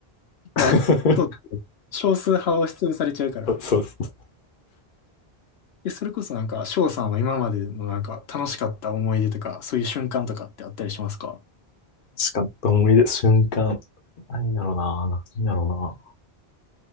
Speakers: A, on the left; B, on the left.
A: <laughs>
B: まあ、そう。少数派は押しつぶされちゃうから。
A: そうそう
B: え、それこそなんか、翔さんは今までのなんか楽しかった思い出とか、そういう瞬間とかってあったりしますか
A: しかった思い出、瞬間。何やろな、何やろな。